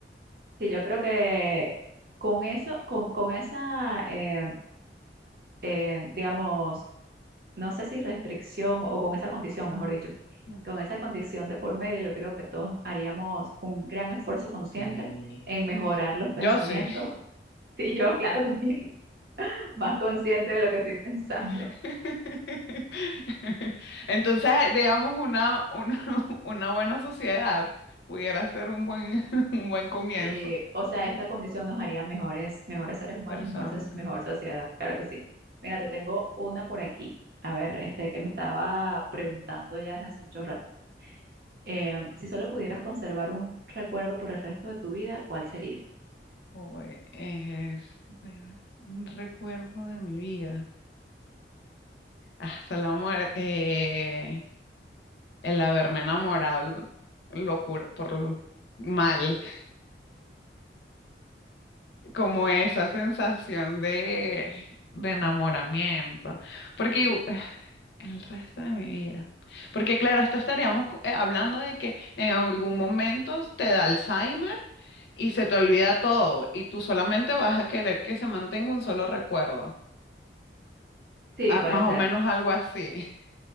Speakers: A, on the right (about 55°); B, on the left (about 75°).
A: Sí, yo creo que con eso, con, con esa, eh, eh, digamos, no sé si restricción o con esa condición, mejor dicho,
B: Mm.
A: con esa condición de por medio, yo creo que todos haríamos un gran esfuerzo consciente
B: Sí,
A: en mejorar los
B: yo
A: pensamientos.
B: sí.
A: <laughs> Y yo, claro, también <laughs> más consciente de lo que estoy pensando.
B: <laughs> Entonces, digamos, una, una, <laughs> una buena sociedad pudiera ser un buen, <laughs> un buen comienzo.
A: Sí, o sea, esta condición nos haría mejores, mejores seres humanos
B: Persona.
A: y mejor, soc- mejor sociedad, claro que sí. Mira, te tengo una por aquí. A ver, este que me estaba preguntando ya desde hace mucho rato. Eh, si solo pudieras conservar un recuerdo por el resto de tu vida, ¿cuál sería?
B: o, eh, es, bueno, un recuerdo de mi vida. Hasta la muerte. eh, el haberme enamorado l- locura, por lo- mal. Como esa sensación de, de enamoramiento. Porque. El resto de mi vida. Porque claro, esto estaríamos cu- eh, hablando de que en algún momento te da Alzheimer y se te olvida todo y tú solamente vas a querer que se mantenga un solo recuerdo.
A: Sí,
B: Ah,
A: puede
B: más
A: ser.
B: o menos algo así.